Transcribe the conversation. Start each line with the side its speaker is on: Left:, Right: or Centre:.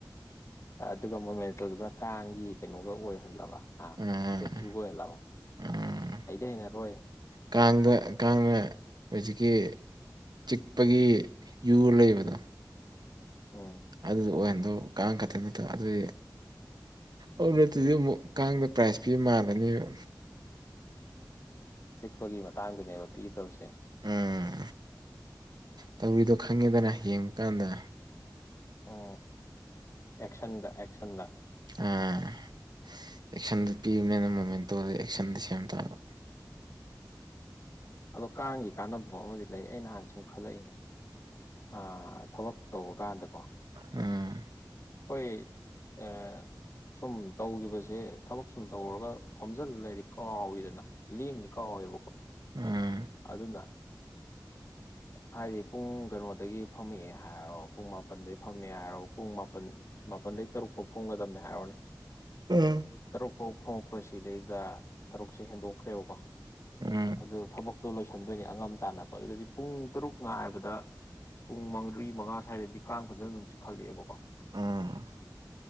Left: ꯑꯗꯨꯒ ꯃꯣꯃꯦꯟꯇꯧꯗꯨꯗ ꯀꯥꯡꯒꯤ ꯀꯩꯅꯣꯒ ꯑꯣꯏꯍꯜꯂꯕ ꯑ
Right: ꯎꯝ
Left: ꯏꯁꯇꯦꯆꯨꯒ ꯑꯣꯏꯍꯜꯂꯕ
Right: ꯎꯝ
Left: ꯑꯩꯗꯤ ꯍꯩꯅꯔꯣꯏ
Right: ꯀꯥꯡꯗ ꯀꯥꯡꯅ ꯍꯧꯖꯤꯛꯀꯤ ꯆꯤꯛꯄꯒꯤ ꯌꯨ ꯂꯩꯕꯗꯣ
Left: ꯎꯝ
Right: ꯑꯗꯨꯗ ꯑꯣꯏꯍꯟꯗꯧ ꯀꯥꯡ ꯈꯛꯇ ꯅꯠꯇ ꯑꯗꯨꯗꯤ ꯑꯗꯨ ꯅꯠꯇꯗꯤ ꯑꯃꯨꯛ ꯀꯥꯡꯗ ꯄ꯭ꯔꯥꯏꯖ ꯄꯤꯕ ꯃꯥꯜꯂꯅꯦꯕ
Left: ꯆꯤꯛꯄꯒꯤ ꯃꯇꯥꯡꯗꯨꯅꯦꯕ ꯄꯤꯒꯗꯕꯁꯦ
Right: ꯎꯝ ꯇꯧꯔꯤꯗꯣ ꯈꯪꯉꯦꯗꯅ ꯌꯦꯡꯕ ꯀꯥꯟꯗ
Left: ꯑꯣ ꯑꯦꯛꯁꯟꯗ ꯑꯦꯛꯁꯟꯗ
Right: ꯑꯥ ꯑꯦꯛꯁꯟꯗꯨ ꯄꯤꯕꯅꯤꯅ ꯃꯣꯃꯦꯟꯇꯣ ꯑꯦꯛꯁꯟꯗꯤ ꯁꯦꯝ ꯇꯥꯕ
Left: ꯑꯗꯣ ꯀꯥꯡꯒꯤ ꯀꯥꯟꯅꯕ ꯑꯃꯗꯤ ꯂꯩ ꯑꯩꯅ ꯍꯥꯟꯅ ꯁꯨꯝ ꯈꯜꯂꯛꯏꯅꯦ ꯑꯥ ꯊꯕꯛ ꯇꯧꯕ ꯀꯥꯟꯗꯀꯣ
Right: ꯎꯝ
Left: ꯈꯣꯏ ꯑ ꯁꯨꯝ ꯇꯧꯒꯤꯈꯤꯕꯁꯦ ꯊꯕꯛ ꯁꯨꯝ ꯇꯧꯔꯒ ꯐꯝꯖꯤꯜ ꯂꯩꯔꯗꯤ ꯀꯥꯎꯋꯤꯗꯅ ꯂꯦꯡꯅꯤ ꯀꯥꯎꯋꯦꯕꯀꯣ
Right: ꯎꯝ
Left: ꯑꯗꯨꯅ ꯍꯥꯏꯗꯤ ꯄꯨꯡ ꯀꯩꯅꯣꯗꯒꯤ ꯐꯝꯃꯛꯑꯦ ꯍꯥꯏꯔꯣ ꯄꯨꯡ ꯃꯥꯄꯜꯗꯒꯤ ꯐꯝꯃꯦ ꯍꯥꯏꯔꯣ ꯄꯨꯡ ꯃꯥꯄꯜ ꯃꯥꯄꯜꯗꯩ ꯇꯔꯨꯛ ꯐꯥꯎ ꯐꯝꯒꯗꯕꯅꯤ ꯍꯥꯏꯔꯣꯅꯦ
Right: ꯎꯝ
Left: ꯇꯔꯨꯛ ꯐꯥꯎ ꯐꯪꯉꯛꯄꯁꯤꯗꯩꯗ ꯇꯔꯨꯛꯁꯦ ꯍꯦꯟꯗꯣꯛꯈ꯭ꯔꯦꯕꯀꯣ
Right: ꯎꯝ
Left: ꯑꯗꯨ ꯊꯕꯛꯇꯣ ꯂꯣꯏꯁꯤꯟꯗꯣꯏꯅꯤ ꯑꯉꯝ ꯇꯥꯟꯅꯄ ꯑꯗꯨꯗꯤ ꯄꯨꯡ ꯇꯔꯨꯛ ꯉꯥꯏꯕꯗ ꯄꯨꯡ ꯃ꯭ꯔꯤ ꯃꯉꯥ ꯁ꯭ꯋꯥꯏꯗꯗꯤ ꯀꯥꯡ ꯐꯖꯅ ꯑꯗꯨꯝ ꯆꯛꯈꯠꯂꯛꯑꯦꯕꯀꯣ
Right: ꯎꯝ